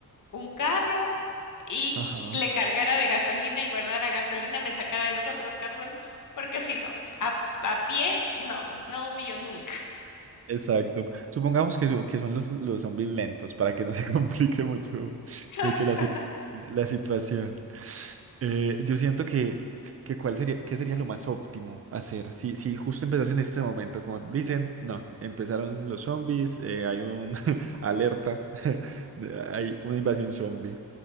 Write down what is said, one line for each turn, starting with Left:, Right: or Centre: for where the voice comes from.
Left: un carro y
Right: ajá.
Left: le cargara de gasolina y guardara gasolina, me sacara de los otros carros, ¿no? porque si no, a, a pie, no, no huyo nunca.
Right: Exacto. Supongamos que, so- que son los, los zombies lentos para que no se <laughs> complique mucho,
Left: <laughs>
Right: mucho la, si- la situación. Eh, yo siento que, que cuál sería, qué sería lo más óptimo hacer. Si, si justo empezas en este momento, como dicen, no, empezaron los zombies, eh, hay una <laughs> alerta, <laughs> de- hay una invasión zombie.